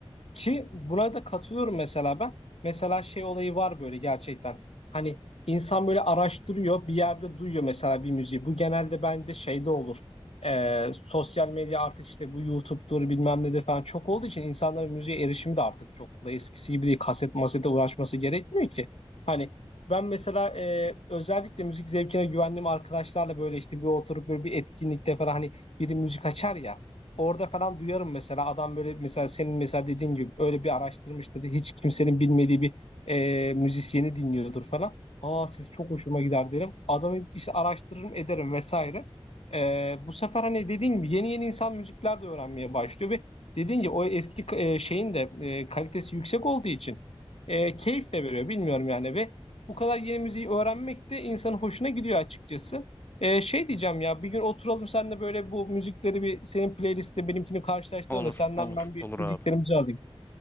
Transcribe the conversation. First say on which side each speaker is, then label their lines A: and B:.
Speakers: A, on the left; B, on the left.
A: Ki buna da katılıyorum mesela ben. Mesela şey olayı var böyle gerçekten. Hani insan böyle araştırıyor bir yerde duyuyor mesela bir müziği. Bu genelde bende şeyde olur. Ee, sosyal medya artık işte bu YouTube'dur bilmem nedir falan çok olduğu için insanların müziğe erişimi de artık çok kolay. Eskisi gibi değil kaset masete uğraşması gerekmiyor ki. Hani ben mesela e, özellikle müzik zevkine güvendiğim arkadaşlarla böyle işte bir oturup böyle bir etkinlikte falan hani biri müzik açar ya. Orada falan duyarım mesela adam böyle mesela senin mesela dediğin gibi öyle bir araştırmıştır. Hiç kimsenin bilmediği bir e, müzisyeni dinliyordur falan. Aa siz çok hoşuma gider derim. Adamı işte araştırırım ederim vesaire. E, bu sefer hani dediğin gibi yeni yeni insan müzikler de öğrenmeye başlıyor ve dediğin gibi o eski e, şeyin de e, kalitesi yüksek olduğu için e, keyif de veriyor bilmiyorum yani ve bu kadar yeni müziği öğrenmek de insanın hoşuna gidiyor açıkçası. Ee, şey diyeceğim ya bir gün oturalım senle böyle bu müzikleri bir senin playlistte benimkini karşılaştıralım
B: Olur,
A: da senden
B: olur,
A: ben bir
B: olur
A: bildiklerimizi
B: abi.
A: alayım.